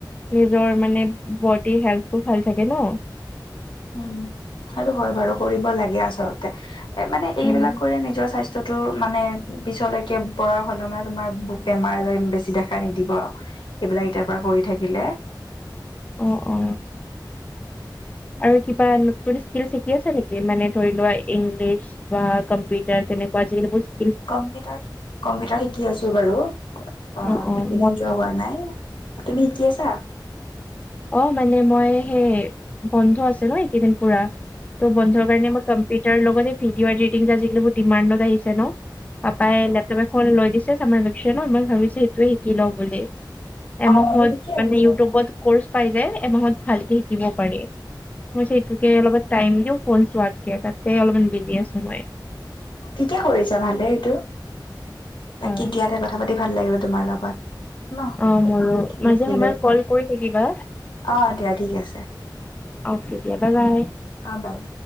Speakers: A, on the left (about 20°); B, on the left (about 85°).
A: নিজৰ মানে বডি হেল্থটো ভাল থাকে ন।
B: উম সেইটো হয় বাৰু কৰিব লাগে আচলতে এ মানে এইবিলাক
A: উম
B: কৰি নিজৰ স্বাস্থ্য। তোৰ মানে পিছলৈকে বয়স হলে মান তোমাৰ বেমাৰ আজাৰ বেছি দেখা নিদিব আও। সিবিলাক এতিয়াৰ পৰা কৰি থাকিলে। <inaudible>
A: অ অ আৰু কিবা নতুন স্কিল শিকি আছে নেকি মানে ধৰি লোৱা ইংলিছ। বা কম্পিউটাৰ তেনেকুৱা জি বিছ।
B: কম্পিউটাৰ কম্পিউটাৰ শিকি আছো বাৰু অ এইকেইদিন
A: অ অ ময়ো
B: যোৱা হোৱা নাই। তুমি শিকি আছা।
A: অ মানে মই সেই বন্ধ আছে ন এইকেইদিন পুৰা ত বন্ধৰ কাৰণে মই কম- পিটাৰ লগতে ভিডিঅ' এডিটং আজিকালি বহু ডিমাণ্ডত আহিছে ন। পাপাই লেপ- তাপাই ফন লৈ দিছে চামাৰ ভেকেচন ত মই ভাবিছো সেইটোৱে শিকি লওঁ বুলি। এমাহত
B: অ মোৰ ঠিকে
A: মানে
B: আছে
A: ইয়উটউবত কৰ্চ পাই এমাহত ভালকে শিকিব পাৰি মই যে এইটোকে অলপ ট্ৰাই- টাইম দিও ফোন চোৱাতকে তাতকে অলপমান বিজি আছো মই।
B: ঠিকে কৰিছা ভালে এইটো
A: হয়
B: বাকী দিয়াতে কথা পাতি ভাল লাগিলে তোমাৰ লগত। ন
A: অ মোৰো
B: বহুতখিনি
A: মাজে
B: শিকিলো
A: সময়ে কল কৰি থাকিবা।
B: অ দিয়া ঠিক আছে।
A: অ কে দিয়া বাই বাই।
B: অ বাই বাই।